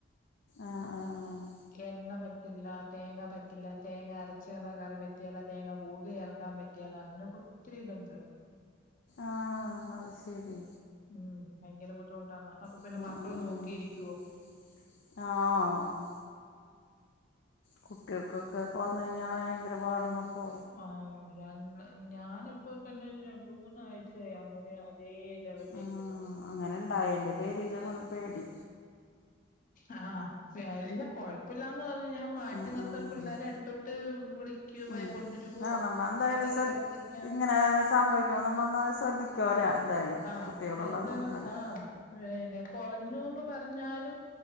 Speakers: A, on the left; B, on the left.
A: ആഹ ആഹ ആഹ
B: എണ്ണ പറ്റില്ല തേങ്ങ പറ്റില്ല തേങ്ങ അരച്ചകറി പറ്റിയാല തേങ്ങ <unintelligible> പറ്റിയാല അങ്ങനൊക്കെ ഒത്തിരി ഇതുണ്ട്
A: ആഹ അത് ശരി
B: ഉം ഭയങ്കര ബുദ്ധിമുട്ടാന്ന അപ്പൊ പിന്നെ
A: <unintelligible>
B: മക്കള് നോക്കിയിരിക്കുവോ
A: കുട്ടികൾക്കൊക്കെക്കെ വന്ന കഴിഞ്ഞാൽ ഭയങ്കര പാടണപ്പൊ
B: ആ ര ഞാനിപ്പോ തന്നെ ഒരു രണ്ട് മൂന്നാഴ്ചയായി അങ്ങനെ അതേ ലെവലിരിക്കുണു
A: ആ <unintelligible> പേരിലാണ് പേടി
B: ആഹ വല്ല കൊഴപ്പില്ലന്ന് പറഞ്ഞെഞാ മാറ്റി
A: ഉം
B: നിർത്താൻ
A: ഉം ഉം
B: പിള്ളേരെ
A: ഉം.
B: അടുത്തോട്ട് വിളിക്കോ
A: ഉം.
B: കൊണ്ടരുവോ
A: ആ നമ്മൾ എന്തായാലും
B: അല്ലെങ്കിൽ
A: ശ്രദ്ധ
B: അടുത്തിരി
A: ഇങ്ങനെ സംഭവിക്കുമ്പ നമ്മന്ന് ശ്രദ്ധിക്കാവുല്ലേ എന്തായാലും
B: ആഹ്
A: കുട്ടികളുള്ള
B: എന്താണ്
A: കൂടുംബല്ലേ
B: ആഹ് പിന്നെ കുറഞ്ഞൂന്ന് പറഞ്ഞാലും